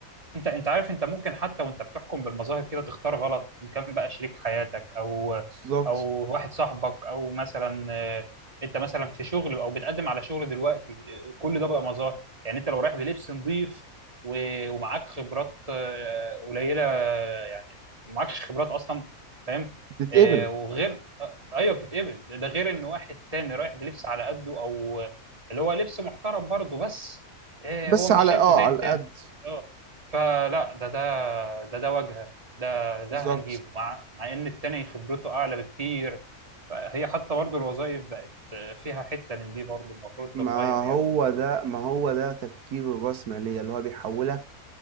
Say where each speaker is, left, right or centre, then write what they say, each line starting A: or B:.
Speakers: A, on the right (about 25°); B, on the right (about 85°).
A: انت انت عارف انت ممكن حتى وانت بتحكم بالمظاهر كده تختار غلط إن كان بقى شريك حياتك او
B: بالظبط
A: او واحد صاحبك او مثلا آه، انت مثلا في شغل او بتقدم على شغل دلوقتي آه، كل ده بقى مظاهر يعني انت لو رايح بلبس نظيف و- ومعاك خبرات آه، قليله آه، يعني معكش خبرات اصلا فاهم
B: تتقبل
A: آه، وغير آه، ايوه بتتقبل ده غير ان واحد تاني رايح بلبس على قده او آه، اللي هو لبس محترم برضه بس إيه
B: بس
A: هو مش
B: على
A: شايفه
B: اه
A: زي
B: على
A: التاني
B: القد
A: اه فلا ده ده ده ده واجهه ده ده
B: بالظبط
A: هنجيبه مع مع ان التاني خبرته اعلى بكتير فهي حتى برضه الوظائف بقت فيها حته من دي برضه المفروض تتغير
B: ما هو
A: يعني
B: ده ما هو ده تفكير الرأسمالية اللي هو بيحولك